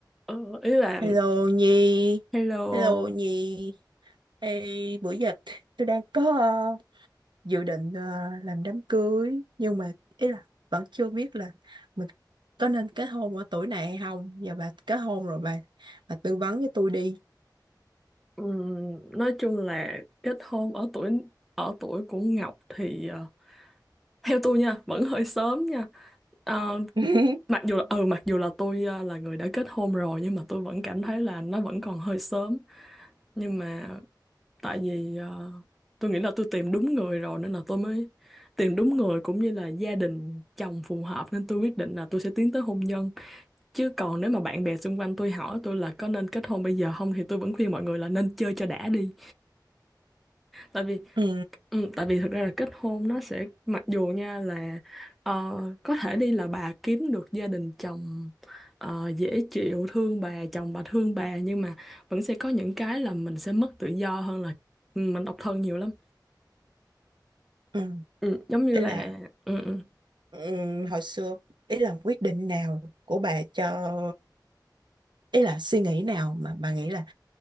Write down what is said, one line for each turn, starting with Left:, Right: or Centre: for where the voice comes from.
Centre: Ờ, ý là
Right: Hello Nhi,
Centre: hello
Right: hello Nhi. Ê, bữa giờ tôi đang có ờ, dự định ờ, làm đám cưới nhưng mà ý là vẫn chưa biết là mình có nên kết hôn ở tuổi này hay không. Giờ bà kết hôn rồi bà bà tư vấn cho tôi đi.
Centre: ừm, nói chung là kết hôn ở tuổi ở tuổi của Ngọc thì ờ, theo tôi nha vẫn hơi sớm nha Ờ,
Right: <laughs>
Centre: mặc dù ừ mặc dù là tôi ờ, là người đã kết hôn rồi nhưng mà tôi vẫn cảm thấy là nó vẫn còn hơi sớm nhưng mà tại vì ờ, tôi nghĩ là tôi tìm đúng người rồi nên là tôi mới tìm đúng người cũng như là gia đình chồng phù hợp nên tôi quyết định là tôi sẽ tiến tới hôn nhân chứ còn nếu mà bạn bè xung quanh tôi hỏi tôi là có nên kết hôn bây giờ không thì tôi vẫn khuyên mọi người là nên chơi cho đã đi tại vì
Right: Ừ,
Centre: ừ, tại vì thực ra là kết hôn nó sẽ mặc dù nha là ờ, có thể đi là bà kiếm được gia đình chồng ờ, dễ chịu thương bà chồng bà thương bà nhưng mà vẫn sẽ có những cái là mình sẽ mất tự do hơn là ừ, mình độc thân nhiều lắm
Right: ừ.
Centre: Ừ, giống như
Right: Ý
Centre: là
Right: là
Centre: ừ, ừ.
Right: ừ, hồi xưa ý là quyết định nào của bà cho ý là suy nghĩ nào mà bà nghĩ là